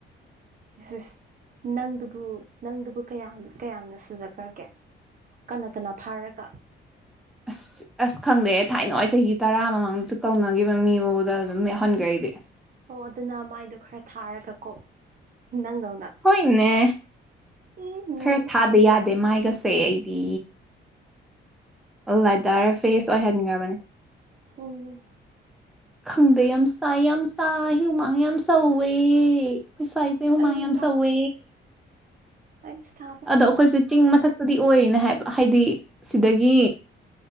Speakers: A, on the right; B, in the centre.
A: ꯌꯦꯁ ꯑꯦꯁ ꯅꯪꯗꯨꯕꯨ ꯅꯪꯗꯨꯕꯨ ꯀꯌꯥꯝ ꯀꯌꯥꯝꯅ ꯁꯨꯖꯈ꯭ꯔꯒꯦ ꯀꯅꯥ ꯀꯟꯅ ꯐꯥꯔꯒ
B: ꯑꯁ ꯑꯁ ꯈꯪꯗꯦ ꯊꯥꯏꯅ ꯆꯍꯤ ꯇꯔꯥ ꯃꯃꯥꯡꯗꯁꯨ ꯀꯧꯅꯈꯤꯕ ꯃꯤꯕꯨꯗ ꯑꯗꯨꯝ ꯌꯥꯎꯍꯟꯈ꯭ꯔꯦ ꯑꯩꯗꯤ
A: ꯑꯣ ꯑꯗꯨꯅ ꯃꯥꯏꯗꯣ ꯈꯔ ꯊꯥꯔꯒꯀꯣ ꯅꯪꯗꯧꯅ
B: ꯍꯣꯏꯅꯦ
A: ꯎꯝ ꯎꯝ
B: ꯈꯔ ꯊꯥꯗ ꯌꯥꯗꯦ ꯃꯥꯏꯒꯁ ꯁꯦ ꯑꯩꯗꯤ ꯂꯥꯏꯇꯔ ꯐꯦꯁ ꯑꯣꯏꯍꯟꯈ꯭ꯔꯕꯅꯦ
A: ꯑ
B: ꯈꯪꯗꯦ ꯌꯥꯝ ꯆꯥꯏ ꯌꯥꯝ ꯆꯥꯏ ꯍꯨꯃꯥꯡ ꯌꯥꯝ ꯁꯧꯋꯦ ꯑꯩꯈꯣꯏ ꯁ꯭ꯋꯥꯏ ꯍ
A: ꯑꯩꯗꯤ
B: ꯃꯌꯥꯝ ꯁꯧꯋꯦ
A: ꯑ ꯁꯥ
B: ꯑꯗꯣ ꯑꯩꯈꯣꯏꯁꯦ ꯆꯤꯡ ꯃꯊꯛꯇꯗꯤ ꯑꯣꯏꯌꯦꯅꯦ ꯍꯥꯏꯕ ꯍꯥꯏꯗꯤ ꯁꯤꯗꯒꯤ